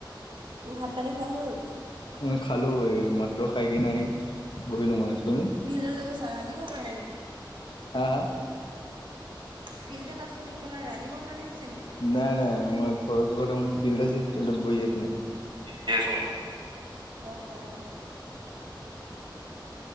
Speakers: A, on the right; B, on the left.
A: ভাত-পানী খোৱা হ'ল?
B: উম খালো, এই মাত্ৰ খাই কিনে আহি বহিলো মানে, তুমি?
A: ফিল্ডলৈ গৈছা, ৰানিঙৰ কাৰণে নেকি?
B: হা হা?
A: ফিল্ডত আছো বুলি ক'লা, ৰানিঙৰ কাৰণে গৈছা নেকি?
B: নাই নাই, মই ঘৰতে মানে ফিল্ডত আছে, ফিল্ডত বহি আছোঁ মই।
A: <unintelligible> অ' অ'।